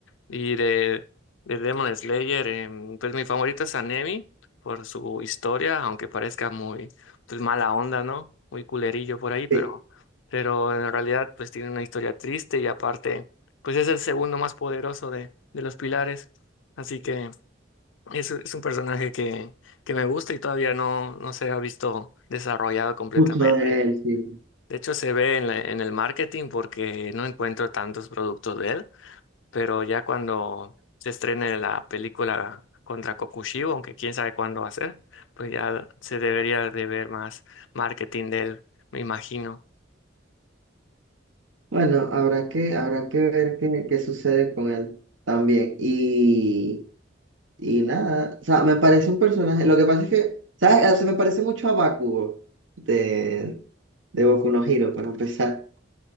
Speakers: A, on the left (about 85°); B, on the right (about 80°).
A: Y de, de Demon Slayer, em, pues mi favorito es Anemi por su historia, aunque parezca muy pues, mala onda, ¿no? Muy culerillo por ahí, pero,
B: Sí,
A: pero en realidad pues tiene una historia triste y aparte pues es el segundo más poderoso de, de los pilares. Así que es, es un personaje que, que me gusta y todavía no, no se ha visto desarrollado completamente.
B: mucho de él, sí.
A: De hecho, se ve en la- en el marketing porque no encuentro tantos productos de él pero ya cuando se estrene la película contra Kokushibo, aunque quién sabe cuándo va a ser, pues ya se debería de ver más marketing de él, me imagino.
B: Bueno, habrá que, habrá que ver qué, qué sucede con él también. Y, y nada, o sea, me parece un personaje, lo que pasa es que, ¿sabes? O sea, me parece mucho a Bakugo de, de Boku no Hero, para empezar.